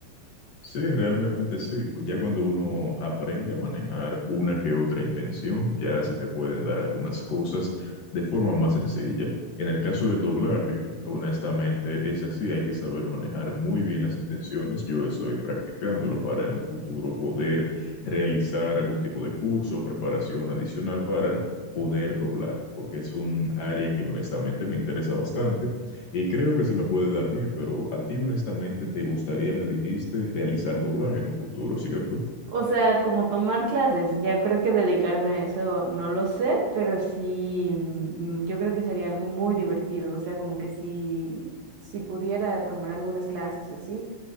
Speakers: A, on the left; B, on the right.
A: Sí, realmente sí. Ya cuando uno aprende a manejar una que otra intención, ya se te pueden dar algunas cosas de forma más sencilla. En el caso del doblaje, honestamente es así, hay que saber manejar muy bien las intenciones. Yo estoy practicándolo para en un futuro poder realizar algún tipo de curso o preparación adicional para poder doblar, porque es un área que honestamente me interesa bastante y creo que se me puede dar bien, pero a ti honestamente te gustaría, me dijiste, realizar doblaje en un futuro, ¿cierto?
B: O sea, como tomar clases, ya creo que dedicarme a eso no lo sé, pero sí, mm, yo creo que sería algo muy divertido, o sea, como que si, si pudiera tomar algunas clases o así,